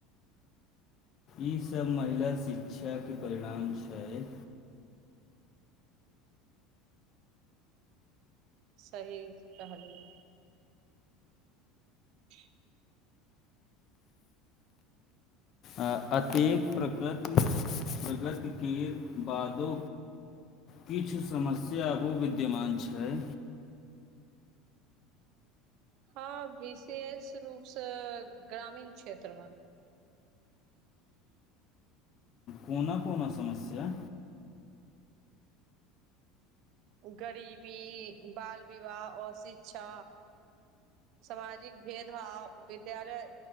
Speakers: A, on the left; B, on the right.
A: इ सब महिला शिक्षाके परिणाम छै।
B: सही कहलियै। <unintelligible>
A: अँ अतेक प्रगति प्रगति केर बादो किछु समस्या आबो विद्यमान छै।
B: हँ, विशेष रूपसँ ग्रामीण क्षेत्रमे।
A: कोना कोना समस्या?
B: गरीबी, बाल-विवाह, अशिक्षा, सामाजिक भेदभाव, विद्यालय